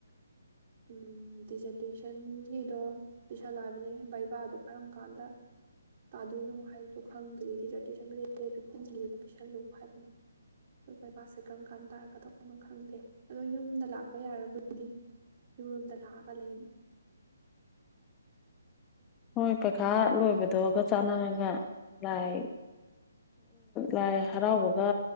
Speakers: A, on the right (about 40°); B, on the left (about 20°).
A: ꯎꯝ ꯗꯤꯖꯔꯇꯦꯁꯟꯒꯤꯗꯣ ꯄꯤꯁꯜꯂ ꯍꯥꯏꯕꯅꯦ ꯕꯩꯕꯥꯗꯣ ꯀꯔꯝ ꯀꯥꯟꯗ ꯇꯥꯗꯣꯏꯅꯣ ꯍꯥꯏꯗꯣ ꯈꯪꯗꯣꯏꯦ ꯗꯤꯖꯔ ꯐꯤꯇꯤꯟꯗꯨ ꯄꯤꯁꯜꯂꯨ ꯍꯥꯏꯕꯅꯦ ꯑꯣꯕꯥꯁꯦ ꯀꯔꯝ ꯀꯥꯟ ꯇꯥꯔꯒꯗꯧꯅꯣ ꯈꯪꯗꯦ ꯑꯗꯣ ꯌꯨꯝꯗ ꯂꯥꯛꯄ ꯌꯥꯔꯕꯗꯤ ꯌꯨꯝꯂꯣꯝꯗ ꯂꯥꯛꯑꯒ ꯂꯩꯔꯤ
B: ꯍꯣꯏ ꯄꯩꯈꯥ ꯂꯣꯏꯕꯗꯒ ꯆꯥꯟꯅꯔꯒ ꯂꯥꯏ ꯂꯥꯏ ꯍꯔꯥꯎꯕꯒ